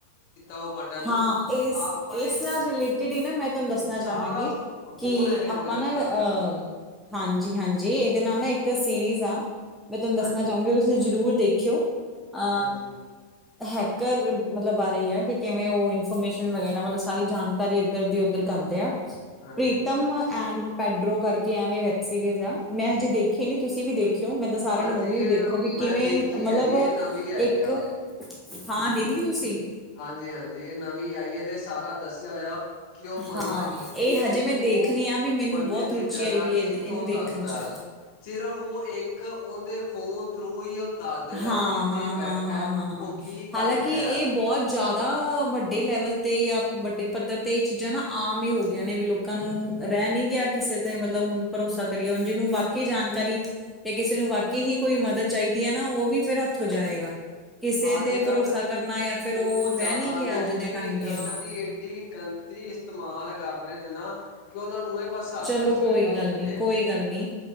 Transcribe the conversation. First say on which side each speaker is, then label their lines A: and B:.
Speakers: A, on the left; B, in the centre.
A: ਉਹ ਬਟਨ ਨੂੰ
B: ਹਾਂ ਏਸ-ਏਸ
A: ਆਪਣੇ
B: ਨਾਲ ਰਿਲੇਟਿਡ ਹੀ ਨਾ ਮੈਂ? ਤੁਹਾਨੂੰ ਦੱਸਣਾ
A: ਸਾਰਾ
B: ਚਾਹਾਂਗੀ,
A: ਫ
B: ਕਿ
A: ਫੋਨ ਹੈਕ
B: ਆਪਾਂ
A: ਹੋ ਜਾਂਦਾ
B: ਨਾ ਅਹ ਹਾਂਜੀ- ਹਾਂਜੀ, ਇਹਦੇ ਨਾਲ ਨਾ ਇੱਕ ਸੀਰੀਜ਼ ਆ, ਮੈਂ ਤੁਹਾਨੂੰ ਦੱਸਣਾ
A: ਹਾਂਜੀ
B: ਚਾਹੂੰਗੀ, ਤੁਸੀਂ ਜ਼ਰੂਰ ਦੇਖਿਓ। ਆ?
A: ਹਾਂਜੀ
B: ਹੈਕਰ ਮਤਲਬ ਬਾਰੇ ਹੀ ਹੈ, ਕਿ ਕਿਵੇਂ ਉਹ ਇਨਫੋਰਮੇਸ਼ਨ ਵਗੈਰਾ, ਮਤਲਬ ਸਾਰੀ ਜਾਣ? ਕਾਰੀ ਇੱਧਰ ਦੀ ਉੱਧਰ ਕਰਦੇ ਆ।
A: ਹਾਂਜੀ
B: ਪ੍ਰੀਤਮ
A: ਹਾਂਜੀ
B: ਐਂਡ ਪੈਡਰੋ, ਕਰਕੇ ਐਵੇਂ ਵੈਬ ਸੀਰੀਜ਼, ਆ
A: ਅੱਛਾ।
B: ਮੈਂ ਹਜੇ ਦੇਖੀ? ਖੀ ਨਹੀਂ। ਤੁਸੀਂ ਵੀ ਦੇਖਿਓ ਮੈਂ ਤਾਂ ਸਾਰਿਆਂ
A: ਹਾਂਜੀ
B: ਨੂੰ ਕਹੂੰਗੀ,
A: ਇਹ
B: ਵੀ ਦੇਖੋ ਵੀ ਕਿਵੇਂ
A: ਮੈਂ ਦੇਖੀ
B: ਮਤਲਬ
A: ਹੈ ਜੀ ਇਹ ਨਵੀਂ ਆਈ
B: ਇੱਕ-
A: ਆ।
B: ਹਾਂ ਦੇਖਲੀ ਤੁਸੀਂ?
A: ਹਾਂਜੀ- ਹਾਂਜੀ, ਇਹ ਨਵੀਂ ਆਈ ਹੈ, ਇਨਨੇ ਸਾਰਾ ਦੱਸਿਆ ਹੋਇਆ। ਕਿ ਉਹ ਬਣਦਾ
B: ਹਾਂ
A: ਕਿ, ਕਿਵੇਂ
B: ਇਹ ਹਜੇ ਮੈਂ
A: ਉਹ
B: ਦੇਖਣੀ ਆ ਵੀ ਮੈਨੂੰ
A: ਬੰਦੇ
B: ਬਹੁਤ
A: ਦੀ
B: ਰੁਚੀ
A: ਜਗ੍ਹਾ
B: ਆਈ ਵੀ
A: ਕਿੱਥੋਂ
B: ਇਹ ਇਹਨੂੰ ਦੇਖਣ
A: ਦੱਸਦਾ।
B: ਚ
A: ਸਿਰਫ਼ ਉਹ ਇੱਕ ਉਨਦੇ ਫੋਨ ਥਰੂ ਹੀ, ਦੱਸ ਦਿੰਦਾ
B: ਹਾਂ
A: ਉਹ ਕਿੱਥੇ
B: ਹਾਂ ਹਾਂ
A: ਬੈਠਾ।
B: ਹਾਂ ਹਾਂ
A: ਉਹ
B: ਹਾਂ,
A: ਕੀ ਕਰ
B: ਹਾਲਾਂਕਿ
A: ਰਿਹਾ
B: ਇਹ ਬਹੁਤ ਜ਼ਿਆਦਾ, ਵੱਡੇ ਲੈਵਲ ਤੇ, ਜਾਂ ਵੱਡੇ ਪੱਧਰ ਤੇ, ਇਹ ਚੀਜ਼ਾਂ ਨਾ, ਆਮ ਹੀ ਹੋ ਗਈਆਂ ਨੇ। ਬਿਲਕੁਲ? ਲੋਕਾਂ ਨੂੰ ਰਹਿ ਨਹੀਂ ਗਿਆ। ਕਿਸੇ ਤੇ ਮਤਲਬ ਹੁਣ ਭਰੋਸਾ ਕਰੀਏੁ, ਜਿਹਨੂੰ ਵਾਕਈ ਜਾਣਕਾਰੀ? ਤੇ ਕਿਸੇ ਨੂੰ ਵਾਕੇ ਹੀ ਕੋਈ ਮਦਦ ਚਾਹੀਦੀ ਹੈ, ਨਾ, ਉਹ ਵੀ ਫਿਰ ਹੱਥੋ ਜਾਏਗਾ। ਕਿਸੇ
A: ਅੱਜ-ਕੱਲ
B: ਤੇ ਭਰੋਸਾ
A: ਬਹੁਤ
B: ਕਰਨਾ, ਜਾਂ ਫਿਰ ਉਹ ਰਹਿ
A: ਜ਼ਿਆਦਾ
B: ਨਹੀਂ ਗਿਆ।
A: ਲੋਕੀ
B: ਅੱਜ ਦੇ ਟਾਈਮ
A: ਵਿਗਿਆਨ
B: ਤੇ ਇਨਾ?
A: ਦੀ ਗੰਦਗੀ ਇਸਤੇਮਾਲ ਕਰ ਰਹੇ ਨੇ ਨਾ, ਕਿ ਉਹਨਾਂ ਨੂੰ ਇਹ? ਬਸ ਸਾਡਾ
B: ਚਲੋ ਕੋਈ
A: ਫਾਇਦਾ
B: ਗੱਲ
A: ਹੋ ਜੇ
B: ਨੀ, ਕੋਈ ਗੱਲ ਨੀ,